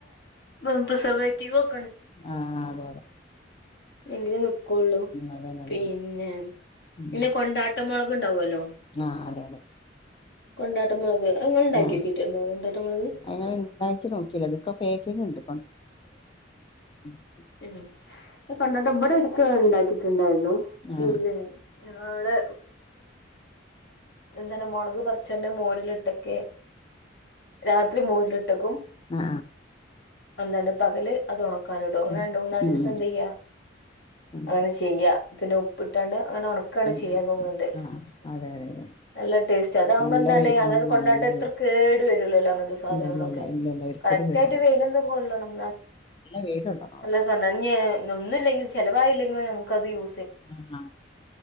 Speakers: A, on the left (about 60°); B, on the left (about 30°).
A: <unintelligible> പ്രിസർവേ <unintelligible>
B: ആഹ് അതെ അതെ
A: എങ്കിലേ നിക്കുള്ളൂ
B: അതെ അതാണ് ഉം അതന്നെ അതന്നെ
A: പിന്നെ
B: ഉം
A: ഇങ്ങെ കൊണ്ടാട്ട മൊള ഉണ്ടാവുവല്ലോ
B: ആഹ് അതെ അതെ
A: കൊണ്ടാട്ട മുളക് അത് ഇങ്ങള് ഉണ്ടാക്കി
B: ആ
A: നോക്കിട്ടുണ്ടോ കൊണ്ടാട്ട മുളക്
B: അങ്ങനെ ഉണ്ടാക്കി നോക്കില്ലോ ഇതൊക്കെ പാക്കിങ് ഉണ്ട് <unintelligible> <unintelligible>
A: ഉം ഈ കൊണ്ടാട്ടം ഇവിടെ ഇടക്ക് ഇണ്ടാക്കിട്ടുണ്ടായിരുന്നു പിന്നെ
B: ആഹ്
A: <unintelligible> <unintelligible> <unintelligible> ഇങ്ങനെ എന്താണ് മുളക് <unintelligible> <unintelligible> മോരിലിട്ടൊക്കെ രാ ഒത്തിരി മോരിലിട്ടെക്കും
B: അ ആ
A: എന്താണ് പകല് അത് ഉണക്കാൻ ടോ അങ്ങനെ
B: ഉം
A: രണ്ട് മൂന്നാല്
B: ഉം
A: ദിവസം എന്തെയ്യാ
B: ഉം
A: അങ്ങനെ ചെയ്യാ പിന്നെ ഉപ്പിട്ടാണ് അങ്ങനെ ഒണക്കാണ് ചെയ്യ
B: ഉം
A: തോന്ന്ണ്ട്
B: ആഹ് അതെ അതെ അതെ
A: നല്ല ടേസ്റ്റ് അതാകുമ്പോ
B: നല്ല
A: എന്താണ്
B: വെ
A: അങ്ങനെ
B: ആഹ്
A: കൊണ്ടാട്ട്
B: നല്ല
A: എത്ര
B: വെ
A: കേടു വരുല്ലല്ലോ അങ്ങനത്തെ സാധനങ്ങളൊക്കെ
B: ഇല്ലല്ലല്ല ഇല്ലല്ല ഒരിക്കലും
A: കറക്റ്റ്
B: കേടില്ല
A: ആയിട്ട് വെയിലും തും കൊള്ളണം
B: നല്ല വെയിലുള്ളതാ
A: <unintelligible> <unintelligible>
B: അത്
A: ഒന്നുല്ലെങ്കിലും ചിലവായില്ലെങ്കിലും നമുക്കത് യൂ
B: ആ